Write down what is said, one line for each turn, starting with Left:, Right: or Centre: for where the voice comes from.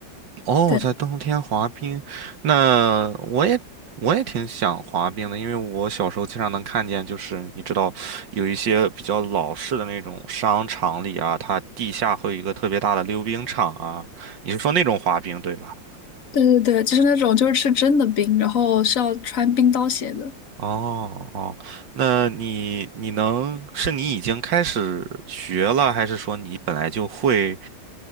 Right: 哦，
Left: 对，
Right: 在冬天滑冰，那我也我也挺想滑冰的，因为我小时候经常能看见，就是你知道，有一些比较老式的那种商场里啊，它地下会有一个特别大的溜冰场啊，你是说那种滑冰对吧？
Left: 对对对，就是那种就是吃真的冰，然后是要穿冰刀鞋的。
Right: 哦哦，那你你能是你已经开始学了，还是说你本来就会